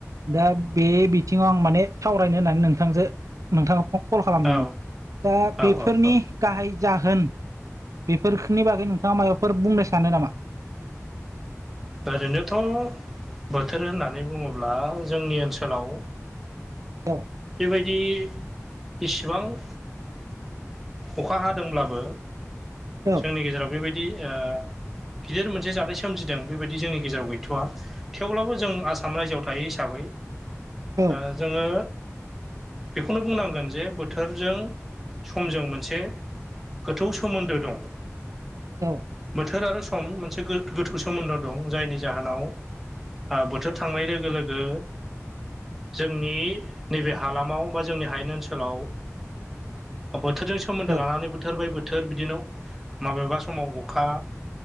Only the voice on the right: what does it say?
दा बे बि थिङाव आं माने सावरायनो होननानै नोंथांजो नोंथां फ' कल खालामदोंमोन
दा बेफोरनि
गाहाय जाहोन बेफोरखनि बागै नों थाङा माबाफोर बुंनो सानो नामा?
औ।
औ
औ
औ
औ